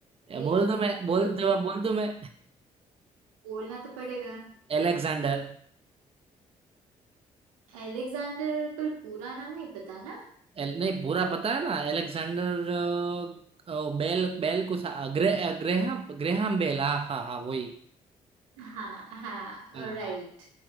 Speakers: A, on the right; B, on the right.
A: मेरी
B: बोल
A: गलती
B: दो मैं बोल
A: हो
B: जवाब
A: गई कुछ
B: बोल दो मैं
A: बोलना तो पड़ेगा
B: एलेक्जेंडर
A: एलेक्जेंडर पर पूरा नाम नहीं पता ना
B: एल, नहीं पूरा पता है ना एलेक्सेंडर अ, अ, बेल बेल कुछ अ, ग्रे, अ, ग्रेहम ग्रेहम बेल हाँ हाँ हाँ वही
A: हाँ हाँ
B: हाँ
A: राइट